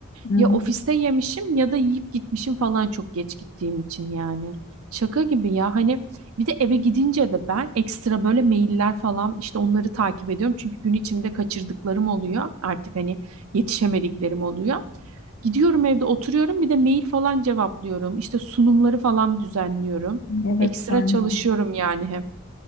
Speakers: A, on the left; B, on the right.
A: Hmm.
B: Ya ofiste yemişim ya da yiyip gitmişim falan çok geç gittiğim için yani. Şaka gibi ya hani bir de eve gidince de ben ekstra böyle mailler falan işte onları takip ediyorum. Çünkü gün içinde kaçırdıklarım oluyor artık hani yetişemediklerim oluyor. Gidiyorum evde oturuyorum bir de mail falan cevaplıyorum. İşte sunumları falan düzenliyorum.
A: Evet
B: Ekstra
A: ben
B: çalışıyorum
A: de.
B: yani hep.